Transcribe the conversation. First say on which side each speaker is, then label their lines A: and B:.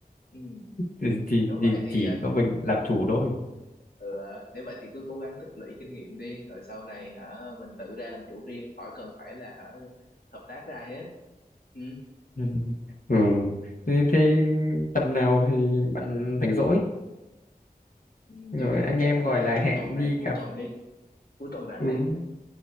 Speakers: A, on the left; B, on the left.
A: ừ.
B: thì, thì,
A: nếu
B: thì
A: vậy thì
B: chỉ
A: ờ,
B: có mình làm chủ thôi
A: ừ, ờ, nếu vậy thì cứ cố gắng tích lũy kinh nghiệm đi rồi sau này hả mình tự ra làm chủ riêng khỏi cần phải là hả hợp tác với ai hết ừ.
B: <laughs> ừ. thế, thế tầm nào thì bạn rảnh rỗi
A: Ừ,
B: rồi
A: tôi nghĩ
B: anh
A: thì chắc
B: em gọi
A: là
B: là
A: trong
B: hẹn
A: tuần này
B: đi
A: cuối
B: cà
A: tuần đi cuối tuần rảnh
B: ừ.
A: này